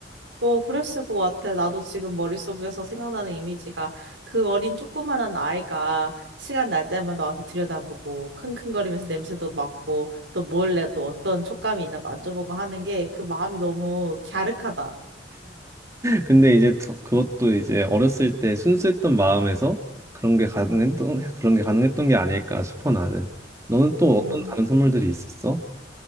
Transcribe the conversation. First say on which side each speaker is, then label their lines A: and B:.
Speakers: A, on the right; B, on the right.
A: 뭐, 그랬을 것 같아. 나도 지금 머릿속에서 생각나는 이미지가 그 어린 조그만한 아이가 시간 날 때마다 와서 들여다보고 킁킁거리면서 냄새도 맡고 또 몰래 또 어떤 촉감이 있나 만져보고 하는 게 그 마음이 너무 갸륵하다.
B: 근데 이제 더- 그것도 이제 어렸을 때 순수했던 마음에서 그런 게 가능했던 그런 게 가능했던 게 아닐까 싶어 나는. 너는 또
A: 음.
B: 어떤 다른 선물들이 있었어?